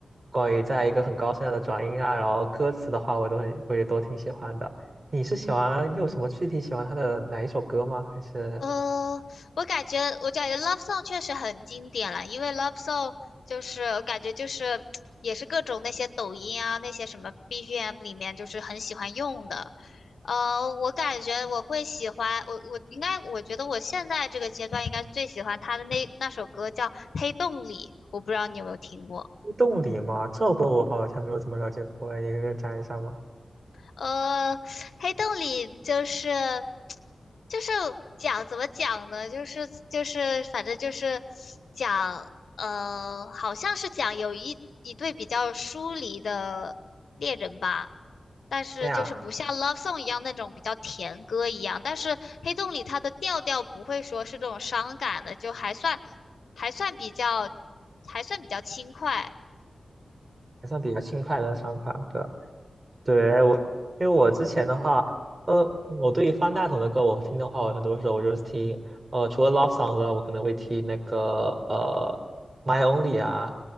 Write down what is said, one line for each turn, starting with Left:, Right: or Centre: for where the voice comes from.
Right: 关于在一个很高声的转音啊，然后歌词的话，我都很我也都挺喜欢的。你是喜欢你有什么具体喜欢他的哪一首歌吗？还是
Left: 呃，我感觉，我感觉《Love Song》确实很经典了，因为《Love Song》就是我感觉就是也是各种那些抖音啊那些什么 BGM 里面就是很喜欢用的。呃，我感觉我会喜欢我我应该我觉得我现在这个阶段应该最喜欢他的那那首歌叫《黑洞里》，我不知道你有没有听过。
Right: 动力吗？这首歌我好像没有怎么了解过，你可以给我讲一下吗？
Left: 呃，黑洞里就是就是讲怎么讲呢？就是就是反正就是讲呃，好像是讲有一一对比较疏离的恋人吧，但是就是不像《Love
Right: 这样
Left: Song》一样那种比较甜歌一样，但是黑洞里它的调调不会说是这种伤感的，就还算还算比较还算比较轻快。
Right: 还算比较轻快的三款歌。对，哎我，因为我之前的话，呃，嗯我对于方大同的歌，我听的话，我很多时候我就是听，呃，除了 love song 之外，我可能会听那个呃，My Only 啊，